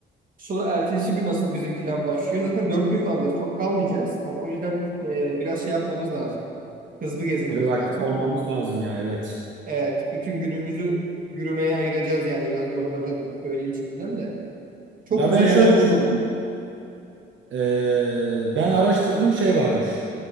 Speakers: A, on the right; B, on the right.
A: Sonra ertesi gün nasıl bizim plan başlıyor. Zaten 4 gün kalacağız. Çok kalmayacağız. Hani o yüzden e, biraz şey yapmamız lazım. Hızlı gezmemiz
B: Biraz aktif
A: lazım.
B: olmamız lazım ya evet.
A: Evet, bütün günümüzü yürümeye ayıracağız yani biraz yorulacağız onu söyleyeyim şimdiden de. Çok
B: Ya
A: güzel
B: ben şöyle
A: yerler
B: düşün-
A: buldum.
B: e, ben araştırdım şey varmış.